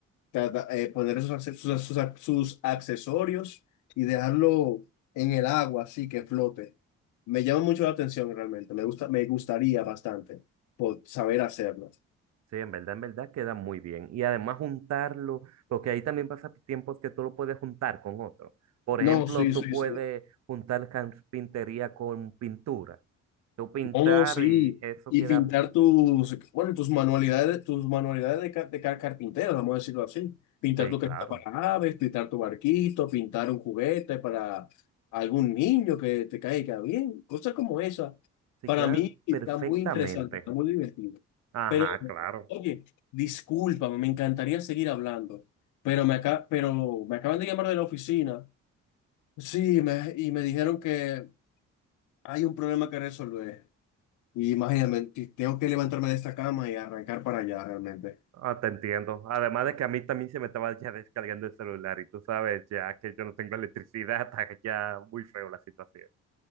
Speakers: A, on the left; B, on the right.
A: cada- eh, poner sus, acce- sus, sus ac- sus accesorios y dejarlo en el agua, así que flote. Me llama mucho la atención realmente, me gusta, me gustaría bastante por saber hacerlo.
B: Sí, en verdad, en verdad queda muy bien. Y además juntarlo, porque ahí también pasa tiempos que tú lo puedes juntar con otro. Por
A: No,
B: ejemplo,
A: sí,
B: tú
A: sí,
B: puedes
A: sí.
B: juntar carpintería con pintura. Tú pintar
A: Oh, sí.
B: y eso
A: Y
B: queda,
A: pintar tus, bueno, tus manualidades, tus manualidades de, ca- de ca- carpintero, vamos a decirlo así. Pintar
B: sí,
A: tu casita
B: claro.
A: para aves, pintar tu barquito, pintar un juguete para algún niño que te caiga bien, cosas como esa.
B: Sí,
A: Para
B: quedan
A: mí está
B: perfectamente.
A: muy interesante, está muy divertido.
B: Ajá,
A: Pero,
B: claro.
A: oye, discúlpame, me encantaría seguir hablando, pero me, aca- pero me acaban de llamar de la oficina. Sí, me- y me dijeron que hay un problema que resolver. Y imagínate, que tengo que levantarme de esta cama y arrancar para allá realmente.
B: Ah, te entiendo. Además de que a mí también se me estaba ya descargando el celular y tú sabes ya que yo no tengo electricidad, <laughs> está ya muy feo la situación.